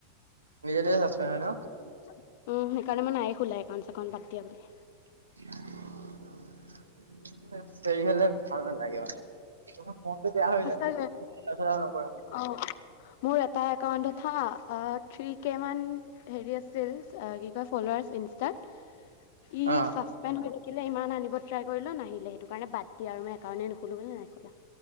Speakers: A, on the right; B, on the left.
A: নিজে, নিজে ছাছপেণ্ড হয় ন?
B: উম সেইকাৰণে মানে নাইয়ে খোলাই একাউণ্ট চেকাউণ্ট বাদ দিয়া বুলি।
A: <unintelligible> হলে ভাল নালাগে মানে। মন টো বেয়া হৈ
B: সঁচাকে।
A: যায় <unintelligible>
B: অ', মোৰ এটা একাউণ্ট এথা থ্ৰী কে মান হেৰি আছিল কি কয় ফলোৱাৰছ ইনষ্টাত ই
A: এ
B: হৈ থাকিলে ইমান আনিব ট্ৰাই কৰিলো নাহিল সেই কাৰণে বাদ দিয়া আৰু ই কাৰণে নুখলো বুলি নাই খোলা।